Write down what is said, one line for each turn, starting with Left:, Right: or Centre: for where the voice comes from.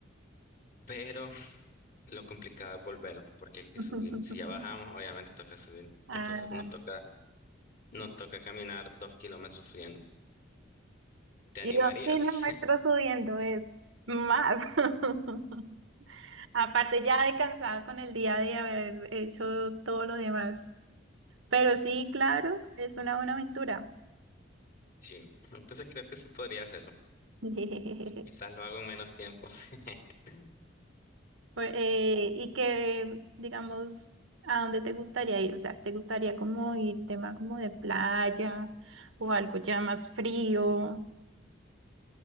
Left: pero Lo complicado es volver porque hay que
Right: <laughs>
Left: subir. Si ya bajamos, obviamente toca subir.
Right: Ah,
Left: Entonces nos toca, nos toca caminar dos kilómetros subiendo. ¿Te
Right: y
Left: animarías?
Right: dos kilómetros
Left: <laughs>
Right: subiendo es más. <laughs> Aparte, ya he cansado con el día de haber hecho todo lo demás. Pero sí, claro, es una buena aventura.
Left: Sí. Entonces creo que sí podría hacerlo.
Right: <laughs>
Left: Quizás lo hago en menos tiempo. <laughs>
Right: Por- eh, y que, digamos, ¿a dónde te gustaría ir? O sea, ¿te gustaría como ir tema como de playa o algo ya más frío?